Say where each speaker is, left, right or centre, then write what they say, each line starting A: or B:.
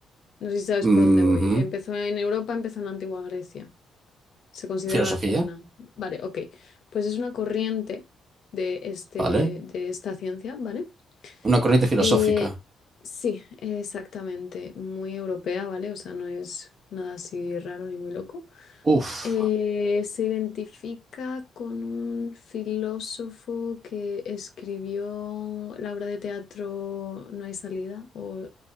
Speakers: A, on the left; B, on the right.
A: No sé si sabes
B: Ujú.
A: por dónde voy. Empezó en Europa, empezó en la antigua Grecia. Se considera
B: Filosofía,
A: la cuna. Vale, ok. Pues es una corriente de, este,
B: vale.
A: de esta ciencia, ¿vale?
B: Una corriente filosófica.
A: Eh, sí, exactamente. Muy europea, ¿vale? O sea, no es nada así raro ni muy loco.
B: Uf.
A: Eh, se identifica con un filósofo que escribió la obra de teatro No hay salida o,